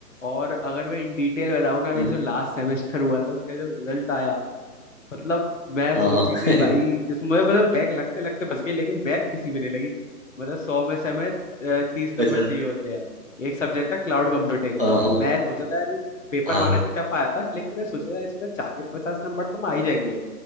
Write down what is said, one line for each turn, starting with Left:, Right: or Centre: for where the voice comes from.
Left: और अगर मैं इन डिटेल बताऊँ ना अभी
Right: हम्म
Left: जो लास्ट सेमेस्टर हुआ था उसका जब रिजल्ट आया मतलब मैं सोची
Right: हाँ हाँ <laughs>
Left: थी भाई इसमें मतलब बैक लगते लगते बच गई लेकिन बैक किसी भी नहीं लगी मतलब सौ में से हमें तीस नंबर
Right: अच्छा
Left: चाहिए होते हैं एक सब्जेक्ट था क्लाउड कंप्यूटिंग
Right: हाँ हाँ।
Left: मैं सोचा था यार ये पेपर
Right: हाँ
Left: माना कि टफ आया था लेकिन मैं सोचा था इसमें चालीस पचास नंबर तो आ ही जाएंगे